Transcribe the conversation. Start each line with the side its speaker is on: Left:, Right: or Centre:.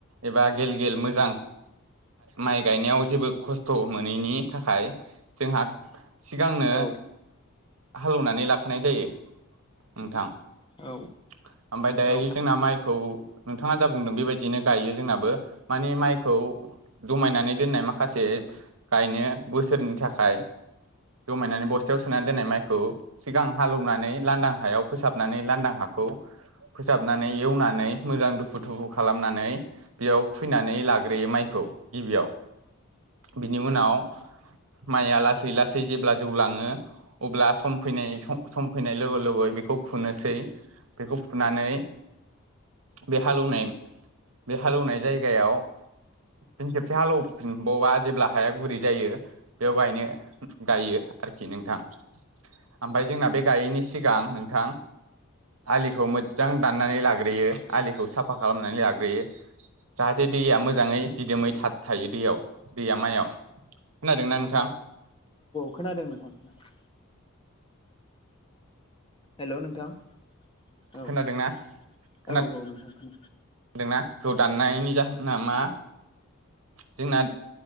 Right: एबा गेल गेल मोजां माइ गायनायाव जेबो खस्थ' मोनैनि थाखाय जोंहा सिगांनो
Left: औ
Right: हालेवनानै लाखानाय जायो नोंथां। ओमफफ्राय
Left: औ
Right: दायो
Left: औ
Right: जोंना माइखौ नोंथाङा जा बुंदों बेबायदिनो गायो जोंनाबो । मानि माइखौ जमायनानै दोननाय माखासे गायनो बोसोरनि थाखाय। जमायनानै बस्थायाव सोना दोननाय माइखौ सिगां हालौवनानै लांदां हायाव फोसाबनानै लान्दां हाखौ खौ फोसाबनानै एवनानै मोजां दुफु थुफु खालामनानै बेयाव खुैनानै लाग्रोयो माइखौ गिबियाव बिनि उनाव माइआ लासै लासै जेब्ला जौ लाङो अब्ला सम फैनाय सम फैनाय लोगो लै बेखौ फुनोसै बेखौ फुनानै। बे हालौनाय बे हालौवनाय जायगायाव फिन खेबसे हालेवफिनबावा जेब्ला हाया गुरै जायो बेयाव गायनो गायो। आरोखि नोंथां ओमफ्राय जोंना बे गायैनि सिगां नोंथां। आलिखौ मोजां दाननानै लाग्रोयो आलिखौ साफ साफा खालामनानै लाग्रोयो जाहाथे दैया मोजाङै दिदोमै थ थायो दैयाव । दैया मायाव खोनादोंना
Left: औ
Right: नोंथां?
Left: खोनादों नोंथां खोनादों हेल' नोंथां औ
Right: खोनादोंना खोनादों
Left: औ औ नोंथांखौ
Right: होनदोंना ज दाननायनि जाहोना मा जोंना